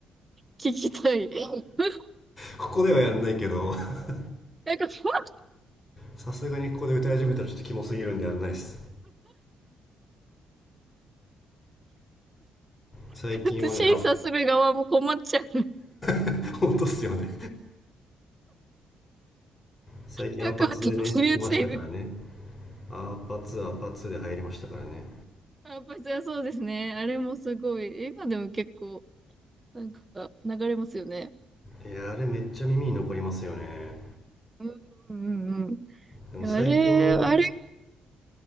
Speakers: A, on the right; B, on the left.
A: 聞きたい。<laughs>
B: ここではやんないけど <laughs>
A: なんか、ふわっ
B: さすがにここで歌い始めたらちょっとキモすぎるんでやんないです最近はねあ
A: <laughs> 審査する側も困っちゃう。
B: <laughs> 本当っすよね最近アパツでね来ましたからね
A: なんか、切り落ちている。
B: アーパ2アーパ2で入りましたからね
A: あ、パチはそうですね。あれもすごい。今でも結構、なんか、流れますよね。
B: いやあれめっちゃ耳に残りますよね
A: うんうんうん。い
B: でも最近
A: やあれ、あれ、